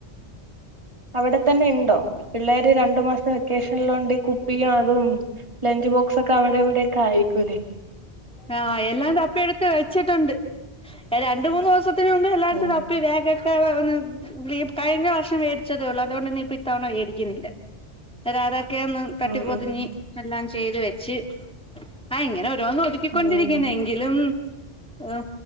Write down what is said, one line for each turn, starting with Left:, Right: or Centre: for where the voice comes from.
Right: അവിടെത്തന്നെയുണ്ടോ പിള്ളേര് രണ്ടു മാസത്തെ വെക്കേഷനുള്ളൊണ്ട് കുപ്പിയും അതും ലഞ്ച് ബോക്സ് ഒക്കെ അവിടെ ഇവിടെ ഒക്കെ ആയിരിക്കുംല്ലേ
Centre: ആ എല്ലാം തപ്പി എടുത്ത് വെച്ചിട്ടുണ്ട് രണ്ട് മൂന്ന് ദിവസത്തിന് മുമ്പ് എല്ലായിടത്തും
Right: ഉം
Centre: തപ്പി ബാഗ് <unintelligible> ഈ കഴിഞ്ഞ വർഷം മേടിച്ചതേ ഉള്ളു അതുകൊണ്ട് നീയിപ്പൊ ഇത്തവണ മേടിക്കുന്നില്ല <unintelligible> ക്കെന്ന് തട്ടി
Right: ഉം
Centre: പൊതിഞ്ഞ്
Right: ഉം
Centre: എല്ലാം ചെയ്ത് വെച്ച് ആ ഇങ്ങനെ ഓരോന്ന് കൊണ്ടിരിക്കനെങ്കിലും
Right: ഉം
Centre: ഓ